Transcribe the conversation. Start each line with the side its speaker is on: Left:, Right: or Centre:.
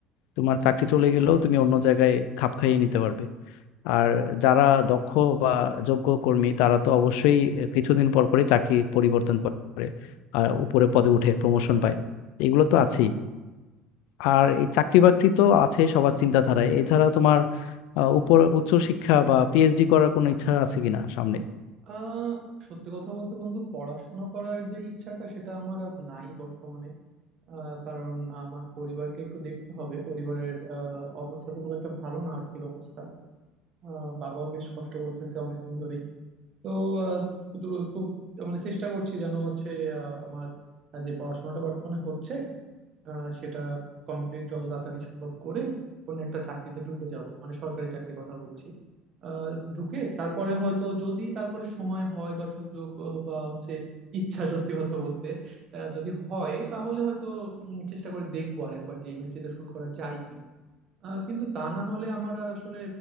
Left: তোমার চাকরি চলে গেলেও তুমি অন্য জায়গায় খাপ খাইয়ে নিতে পারবে আর যারা দক্ষ বা যোগ্য কর্মী তারা তো অবশ্যই কিছুদিন পর পরে চাকরি পরিবর্তন করে আর উপরে পদে উঠে প্রমোশন পায় এগুলো তো আছেই আর এই চাকরি বাকরি তো আছে সবার চিন্তাধারায় এছাড়া তোমার আহ, উপর উচ্চ শিক্ষা বা পিএইচডি করার কোনো ইচ্ছা আছে কিনা সামনে
Right: আহ সত্যি কথা বলতে বন্ধু পড়াশোনা করার যে ইচ্ছাটা সেটা আমার আর নাই বর্তমানে আহ, কারণ আমার পরিবারকে একটু দেখতে হবে পরিবারের আহ, অবস্থা তো খুব একটা ভালো না আর্থিক অবস্থা আহ, বাবাও বেশ কষ্ট করতেছে অনেকদিন ধরেই তো আহ, দ্রু- খুব মানে চেষ্টা করছি যেন হচ্ছে আহ, আমার যে পড়াশোনাটা বর্তমানে হচ্ছে আহ, সেটা কমপ্লিট যত তাড়াতাড়ি সম্ভব করে কোনো একটা চাকরিতে ঢুকে যাব মানে সরকারি চাকরির কথা বলছি আহ, ঢুকে তারপরে হয়তো যদি তারপরে সময় হয় বা সুযোগ আহ, বা হচ্ছে ইচ্ছা সত্যি কথা বলতে আহ, যদি হয় তাহলে হয়তো উম, চেষ্টা করে দেখবো আর একবার যে এমএসসিটা শুরু করা যায় কিনা আহ, কিন্তু তা না হলে আমার আর আসলে